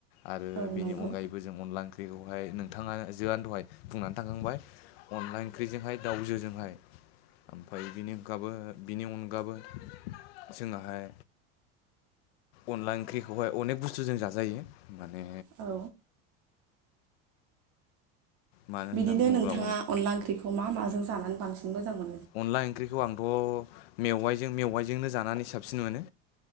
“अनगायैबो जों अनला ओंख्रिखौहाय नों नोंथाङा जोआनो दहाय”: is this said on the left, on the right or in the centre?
Left